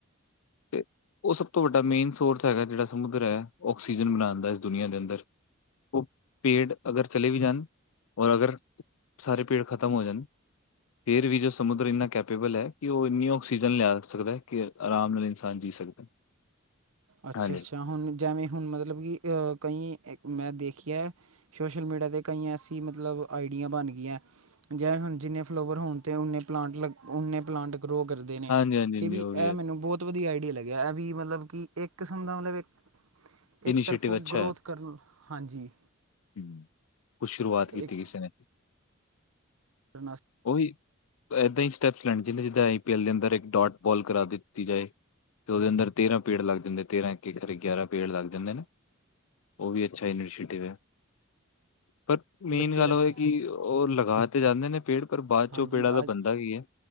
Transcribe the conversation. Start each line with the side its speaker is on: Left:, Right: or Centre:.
Left: ਤੇ ਓਹ ਸਭ ਤੋਂ ਵੱਡਾ ਮੇਨ ਸੋਰਸ ਹੈਗਾ ਜਿਹੜਾ ਸਮੁੰਦਰ ਹੈ ਓਕਸੀਜਨ ਬਨਾਨ ਦਾ ਇਸ ਦੁਨੀਆ ਦੇ ਅੰਦਰ। ਓਹ ਪੇੜ ਅਗਰ ਚਲੇ ਵੀ ਜਾਨ ਔਰ ਅਗਰ ਸਾਰੇ ਪੇੜ ਖਤਮ ਹੋ ਜਨ। ਫੇਰ ਵੀ ਜੋ ਸਮੁੰਦਰ ਇੰਨਾ ਕੈਪੇਬਲ ਐ ਕਿ ਓਹ ਇਨੀ ਆਕਸੀਜਨ ਲਿਆ ਸਕਦਾ ਹੈ ਕਿ ਆਰਾਮ ਨਾਲ ਇਨ ਸਾਨ ਜੀ ਸਕਦਾ।
Right: ਅੱਛਾ-ਅੱਛਾ
Left: ਹਾਂਜੀ,
Right: ਹੁਨ ਜੇਵੇ ਹੁਨ ਮਤਲਬ ਕਿ ਅ ਕਈ ਮੈਂ ਦੇਖਿਆ ਸੋਸ਼ਲ ਮੀਡੀਆ ਤੇ ਕਈ ਐਸੀ ਮਤਲਬ ਆਈਡੀਆ ਬਨ ਗਈਆ ਜੇਵੇ ਹੁਨ ਜਿੰਨੇ ਫਲੋਵਰ ਹੋਨ ਤੇ ਓਨੇ ਪਲਾਂਟ ਓਨੇ ਪਲਾਂਟ ਗਰੋ ਕਰਦੇ ਨੇ
Left: ਹਾਂਜੀ, ਹਾਂਜੀ,
Right: ਕੇ
Left: ਹਾਂਜੀ
Right: ਵੀ
Left: ਉਹ
Right: ਇਹ
Left: ਹੈ।
Right: ਮੈਨੂੰ ਬਹੁਤ ਵਧੀਆ ਆਈਡੀਆ ਲੱਗਿਆ ਇਹ ਵੀ ਮਤਲਬ ਕਿ ਇੱਕ ਕਿਸਮ ਦਾ ਉਹਨੇ ਇੱਕ
Left: ਇਨੀਸ਼ੀਏਟਿਵ
Right: ਤਰਫੋਂ
Left: ਅੱਛਾ
Right: ਗਰੋਥ
Left: ਹੈ।
Right: ਕਰਨ ਹਾਂਜੀ।
Left: ਹੂੰ, ਕੁਛ ਸ਼ੁਰੂਆਤ ਕੀਤੀ
Right: ਇੱਕ
Left: ਕਿਸੇ ਨੇ।
Right: <unintelligible>
Left: ਉਹੀ ਇਦਾਂ ਹੀ ਸਟੈਪਸ ਲੈਣ ਜੇ ਜਿੱਦਾਂ ਆਈ ਪੀ ਐਲ ਦੇ ਅੰਦਰ ਇੱਕ ਡੋਟ ਬੋਲ ਕਰਾ ਦਿੱਤੀ ਜਾਏ। ਤੇ ਉਹਦੇ ਅੰਦਰ ਤੇਰਾ ਪੇੜ ਲੱਗ ਜਾਂਦੇ ਤੇਰਾ ਇਕ-ਇਕ ਕਰ ਕੇ ਗਿਆਰਾ ਪੇੜ ਲੱਗ ਜਾਂਦੇ ਨੇ। ਉਹ ਵੀ ਅੱਛਾ ਇਨੀਸ਼ੀਏਟਿਵ ਹੈ ਪਰ ਮੇਨ
Right: ਬੱਚੇ
Left: ਗੱਲ
Right: ਲਗਾ
Left: ਉਹ ਹੈ ਕਿ ਉਹ ਲਗਾ ਤੇ ਜਾਂਦੇ ਨੇ ਪੇੜ ਪਰ ਬਾਦ ਚ
Right: ਹਾਂਜੀ
Left: ਉਹ ਪੇੜਾਂ ਦਾ
Right: ਅੱਜ
Left: ਬਣਦਾ ਕੀ ਏ।